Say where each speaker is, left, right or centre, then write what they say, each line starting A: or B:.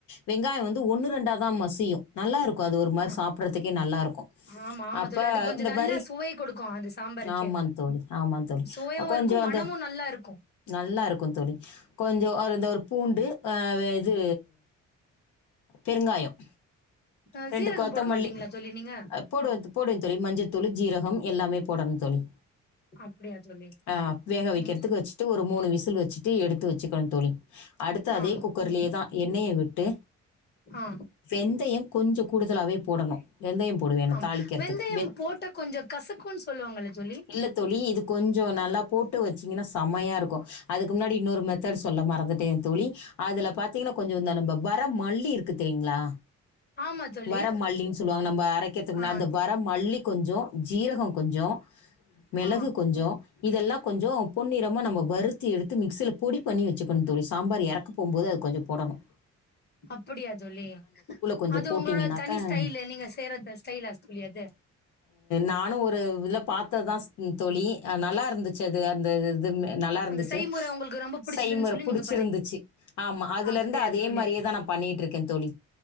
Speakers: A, on the left; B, on the left.
A: வெங்காயம் வந் து ஒன்னு ரெண்டா தான் மசியும் நல்லாருக்கும் அது ஒரு மாரி
B: ஆ
A: சாப்பர்ரதுக்கே நல்லா இருக்கு
B: ஆமா ஆமா
A: அப்ப
B: தோழி அது கொஞ்சோ
A: இந்த
B: நல்லா
A: மாரி
B: சுவை கொடுக்கு அது சாம்பாருக்கே
A: ஆம்மான் தோழி ஆம்மான் தோழி
B: சுவையு
A: கொஞ்சம்
B: இருக்கு மனமு
A: அந்த
B: நல்லா இருக்கு
A: நல்லாருக்கும் தோழி கொஞ்சம் அந்த ஒரு பூண்டு ஆஹ் இது பெருங்காயம்
B: அ
A: ரெண்டு
B: சீரகம்
A: கொத்தமல்லி
B: போட மாட்டீங்களா தோழி நீங்க
A: அது போடுவே தோ போடுவே தோழி மஞ்ச தொழு ஜீரகம் எல்லாமே போடணும் தோழி
B: அப்படியா தோழி
A: ஆஹ் வேக வைக்கிறதுக்கு
B: ம்
A: வச்சுட்டு ஒரு மூணு விசில் வச்சுட்டு எடுத்து வச்சுக்கணும் தோழி அடுத்து அதே
B: ஆ
A: குக்கர்லேயேதான் எண்ணெய விட் ட்டு
B: ஆ
A: வெந்தயம் கொஞ்சம் கூடுதலாவே போடணும் வெந்தயம் போடுவேன் நான்
B: ஆம்
A: தாளிக்கிறதுக்கு.
B: வெந்தயம் போட்ட கொஞ்சம் கசக்கும்ன்னு சொல்லுவாங்கள்ள தோழி
A: இல்ல தோழி, இது கொஞ்சம் நல்லா போட்டு வச்சீங்கன்னா செம்மையா இருக்கும் அதுக்கு முன்னாடி இன்னொரு மெத் தட் சொல்ல மறந்து டேன் தோழி அதுல பாத்தீங்கன்னா கொஞ்சம் ந நம்ம வ மல்லி இருக்கு தெரியீங்களா
B: ஆமா தோழி
A: வர மல்லின்னு சொல்லுவாங்க நம்ம அரைக்கிறதுக்கு முன்னா
B: ஆ
A: அந்த வர மல்லி கொஞ்சம் ஜீரகம் கொஞ்சம் மிளகு
B: ஆ
A: கொஞ்சம் இதெல்லா கொஞ்சோ பொன்னிறமா நம்ம வறுத்து எடுத்து மிக்சில பொடி பண்ணி வச்சுக்கணு தோழி சாம்பார் எறக்க போம்போது அது கொஞ்சோ போடணு
B: அப்டியா தோழி
A: கொஞ்சம்
B: அது
A: போட்டிங்கனாக்கா
B: உங்களோட தனி ஸ்டைல் நீங்க செய்ற த ஸ்டைலா தோழி அது
A: நானு ஒரு இதுல பாத்ததுதான் சி தோழி ஆஹ் நல்லா இருந்துச்சு அது அந்த நல்லா இருந்துச்சு
B: அந்த செய்முறை உங்களுக்கு ரொம்ப புடிச்சதுன்னு
A: செய்முற
B: சொல்லி
A: புடிச்சு
B: நீங்க பண்ணி
A: இருந்துச்சு ஆம்மா அதுல
B: அப்படியா
A: இருந்து அது தே
B: தோழி
A: மாரியே தான் நான் பண்ணிட்டு இருக்கேன் தோழி